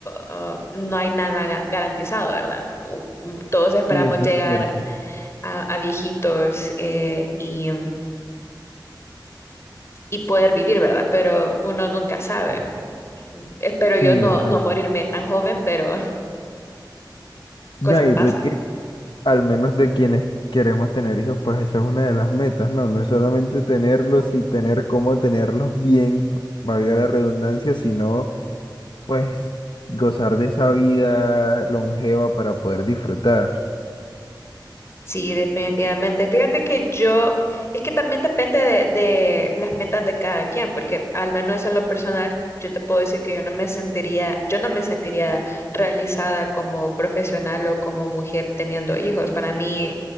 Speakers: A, on the left (about 35°); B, on the left (about 80°).
A: ah, no hay nada ga- garantizado, ¿verdad? U- mm, Todos esperamos
B: Sí, eso
A: llegar
B: es cierto.
A: a, a viejitos eh, y, mm, y poder vivir, ¿verdad? Pero uno nunca sabe. Espero
B: Sí,
A: yo no,
B: eh,
A: no morirme tan joven, pero...
B: <laughs>
A: cosas
B: no, yo
A: pasan.
B: creo que al menos de quienes queremos tener hijos, pues esa es una de las metas, ¿no? No es solamente tenerlos y tener cómo tenerlos bien, valga la redundancia, sino pues gozar de esa vida longeva para poder disfrutar.
A: Sí, definitivamente. Fíjate que yo, es que también depende de, de las metas de cada quien, porque al menos en lo personal, yo te puedo decir que yo no me sentiría, yo no me sentiría realizada como profesional o como mujer teniendo hijos. Para mí,